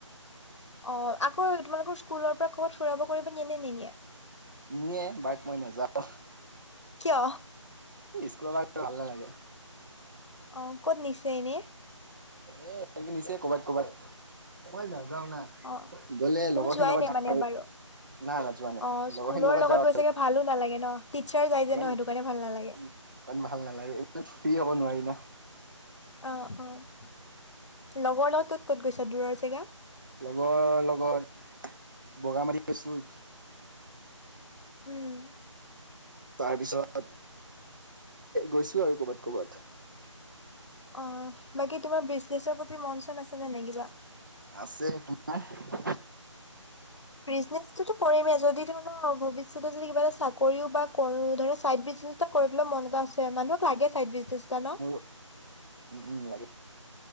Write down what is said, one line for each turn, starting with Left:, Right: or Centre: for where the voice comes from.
Left: অ' আকৌ তোমালোকৰ স্কুলৰ পৰা ক'ৰবাত ফুৰাব কৰিব নিয়ে নে নিনিয়ে?
Right: নিয়ে বাট মই নাযাওঁ।
Left: কিয়?
Right: স্কুলৰ পৰা গৈ ভাল নালাগে।
Left: অ' ক'ত নিছে এনেই?
Right: এ নিছে ক'ৰবাত ক'ৰবাত মই নাযাওঁ না।
Left: অ
Right: গ'লে
Left: তুমি
Right: লগৰ
Left: যোৱাই
Right: খিনিৰ লগত
Left: নাই
Right: যাব
Left: মানে
Right: পাৰোঁ।
Left: এবাৰো
Right: নাই না যোৱা নাই
Left: অ স্কুলৰ
Right: লগৰ খিনিৰ লগত যাৱ আৰু
Left: গৈ চাগে ভালো নালাগে ন টিচাৰ যায় যে
Right: ইমান
Left: ন সেইটো কাৰণে ভাল নালাগে
Right: ইমান ভাল নালাগে এইমান ফ্ৰী হ'ব নোৱাৰি ন।
Left: অ', অ' লগৰ লগত ক'ত ক'ত গৈছা দূৰৰ জেগা?
Right: লগৰ লগত বগা মাটি গৈছোঁ
Left: উম।
Right: তাৰপিছত গৈছো আৰু ক'ৰবাত ক'ৰবাত।
Left: অ' বাকী তোমাৰ বিজনেছৰ প্ৰতি মন চন আছে নে নাই কিবা?
Right: আছে। তোমাৰ?
Left: বিজনেচটো তো কৰিমেই যদি ধৰা ভৱিষ্যতে যদি কিবা এটা চাকৰিও বা কৰো ধৰা চাইড বিজনেছ কৰিবলৈ মন এটা আছে। মানুহক লাগে চাইড বিজনেছ এটা ন?
Right: মোৰ উম, উম লাগে।